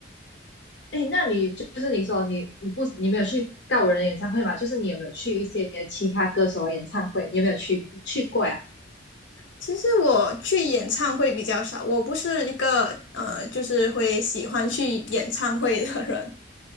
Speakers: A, on the left; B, on the left.
A: 哎，那你就是你说你你不你没有去告五人的演唱会嘛？就是你有没有去一些其他歌手的演唱会？你有没有去去过呀？
B: 其实我去演唱会比较少，我不是一个呃，就是会喜欢去演唱会的人。